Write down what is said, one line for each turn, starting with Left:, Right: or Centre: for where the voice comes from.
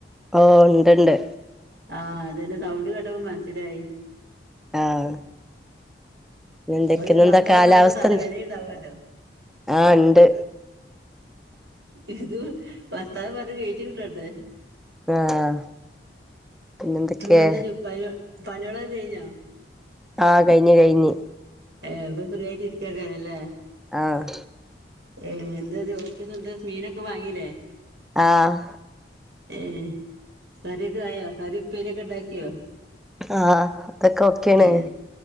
Centre: ഓ ഉണ്ട് ഉണ്ട്
Right: ആഹ് അത് തന്നെ സൗണ്ട് കേട്ടപ്പോ മനസ്സിലായി
Centre: ആഹ് എന്തൊക്കുന്ന
Right: ഒരു വർത്താനം
Centre: എന്താ കാലാവസ്ഥ
Right: പറയുമ്പോ തലവേദന
Centre: എന്താ
Right: ഉണ്ടാവുമല്ലോ
Centre: ആഹ് ഉണ്ട്
Right: ഇത് ഭർത്താവ് പറഞ്ഞ കഴി <unintelligible> ച്ചു കിട്ടണ്ടേ
Centre: ആഹ് പിന്നെന്തൊക്കെ
Right: ഇപ്പ എന്താ പ പണികളൊക്കെ കഴിഞ്ഞോ
Centre: ആഹ് കഴിഞ് കഴിഞ്
Right: ഏ ഇപ്പ ഫ്രീയായിട്ട് ഇരിക്കുവായിരിക്കുല്ലേ
Centre: ആഹ്
Right: ഏ എന്താ ചോറിന് എന്താ മീനൊക്കെ വാങ്ങീല്ലേ
Centre: ആഹ്
Right: ഏ കറിയൊക്കെ ആയോ കറി ഉപ്പേരിയൊക്കെ ഒണ്ടാക്കിയോ
Centre: ആഹ് അതൊക്കെ ഓക്കെയാണ്
Right: ഏഹ്